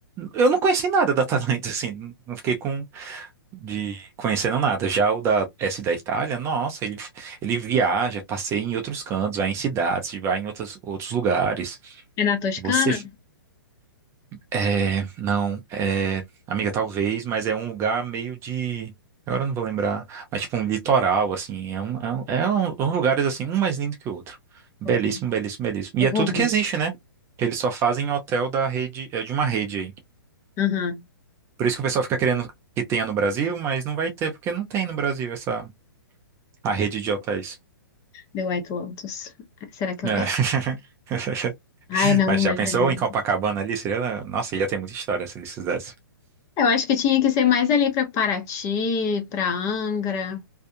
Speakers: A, on the right (about 20°); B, on the left (about 30°).
A: Eu não conheci nada da Tailândia, <laughs> assim, não fiquei com de conhecendo nada. Já o da S da Itália, nossa, ele, ele viaja, passeia em outros cantos, vai em cidades, vai em outros, outros lugares.
B: É na Toscana?
A: Você. É, não, é, amiga, talvez, mas é um lugar meio de. Agora eu não vou lembrar, mas tipo um litoral, assim. É um, é um, é um- uns lugares assim, um mais lindo que o outro. Belíssimo,
B: Ok,
A: belíssimo, belíssimo.
B: eu
A: E é
B: vou
A: tudo
B: ver.
A: que existe, né? Eles só fazem hotel da rede, é de uma rede aí.
B: Aham.
A: Por isso que o pessoal fica querendo que tenha no Brasil, mas não vai ter, porque não tem no Brasil essa a rede de hotéis.
B: The White Lotus. Será que
A: É.
B: eu...
A: <laughs>
B: Ai, não,
A: Mas já
B: mas...
A: pensou
B: é muito.
A: em Copacabana ali? Seria, né? nossa, ia ter muita história se eles fizessem.
B: Eu acho que tinha que ser mais ali pra Paraty, pra Angra.